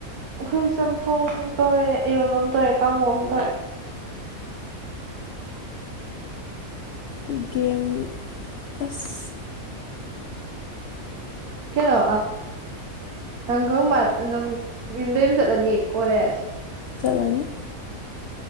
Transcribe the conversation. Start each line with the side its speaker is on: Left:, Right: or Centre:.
Right: ꯎꯈꯨꯁ ꯌꯥꯝꯝꯊꯣꯡ ꯇꯧꯔꯦ ꯏꯔꯣꯜ ꯑꯃ ꯇꯧꯔꯦ ꯀꯥꯡꯍꯧ ꯑꯃ ꯇꯧꯔꯦ
Left: ꯎꯝ ꯒꯦꯝ ꯑꯁ
Right: ꯀꯩꯅꯣ ꯅꯪꯒꯪꯕꯥ ꯅꯪ ꯌꯨꯝꯗ ꯌꯨꯝ ꯆꯠꯂꯅꯤ ꯀꯣꯂꯦꯖ
Left: ꯆꯂꯅꯤ